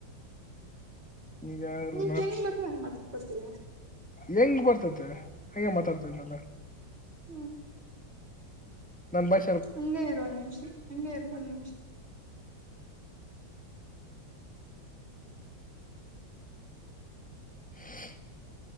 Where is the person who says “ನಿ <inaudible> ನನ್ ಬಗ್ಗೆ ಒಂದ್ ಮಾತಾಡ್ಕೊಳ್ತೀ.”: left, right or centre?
Right